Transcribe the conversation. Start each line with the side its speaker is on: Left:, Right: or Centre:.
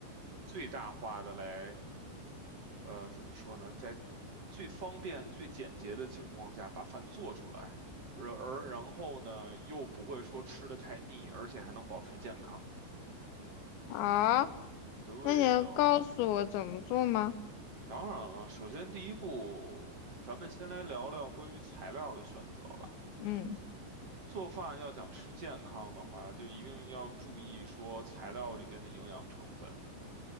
Right: 最大化的来，呃，怎么说呢，在最方便、最简洁的情况下把饭做出来，而而然后呢，又不会说吃的太腻，而且还能保持健康。
Left: 好，
Right: 对的，
Left: 那你能告诉我怎么做吗？
Right: 当然了，首先第一步，咱们先来聊聊关于材料的选择吧。
Left: 嗯，
Right: 做饭要想吃健康的话，就一定要注意说材料里边的营养成分。